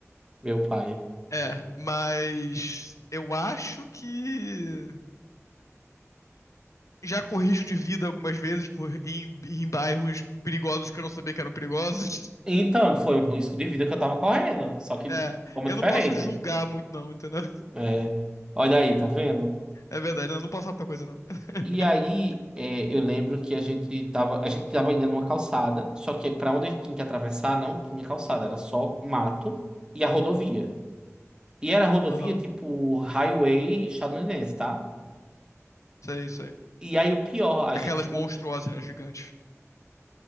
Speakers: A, on the right; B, on the left.
A: meu pai.
B: É, mas eu acho que já corri risco de vida algumas vezes por ir em, ir em bairros perigosos que eu não sabia que eram perigosos.
A: Então, foi um risco de vida que eu tava correndo, só que
B: É,
A: de forma
B: eu
A: diferente.
B: não posso julgar muito não, entendeu?
A: É, olha aí, tá vendo?
B: É verdade, eu não posso falar muita coisa não. <laughs>
A: E aí, é, eu lembro que a gente tava, a gente tava indo numa calçada, só que pra onde a gente tinha que atravessar não tinha calçada, era só mato e a rodovia. E era rodovia
B: Aham,
A: tipo highway estadunidense, tá?
B: sei, sei.
A: E aí o pior, a
B: Aquelas
A: gente,
B: monstruosas, né, gigantes.